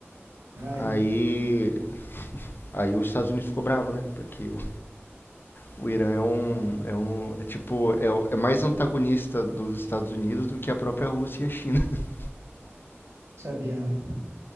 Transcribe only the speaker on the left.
Aí Aí os Estados Unidos ficou bravo, né? Porque o, o Irã é um, é um, é tipo, é, o- é mais antagonista dos Estados Unidos do que a própria Rússia e a China. <laughs>